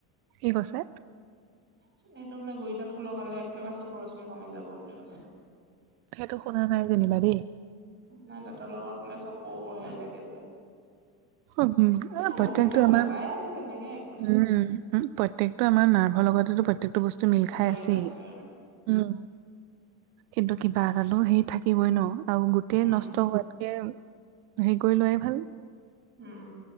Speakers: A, on the right (about 85°); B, on the right (about 25°).
A: কি কৈছে?
B: সেটো বোলে গুৰি তাত স লগালে একেবাৰে চকুৰ ৰশ্মি কমি যাব বুলি কৈছে।
A: সেইটো শুনা নাই যেনিবা দেই
B: নাই দাঁতৰ লগত বোলে চকো হেৰি থাকে যে।
A: প্ৰত্যেকটো
B: এ বহুতে সলকাই
A: আমাৰ উম,
B: আছে তেনেকে একো নাই।
A: উ প্ৰত্যেকটো আমাৰ নাৰ্ভৰ লগতেটো প্ৰত্যেকটো বস মিল খাই
B: জইন
A: আছেই,
B: আছে
A: উম, কিন্তু কিবা এটালো সেই থাকিবই ন আৰু গোটেই
B: উম,
A: নষ্ট হোৱাতকে হেৰি কৰি লোৱাই ভাল।
B: উম।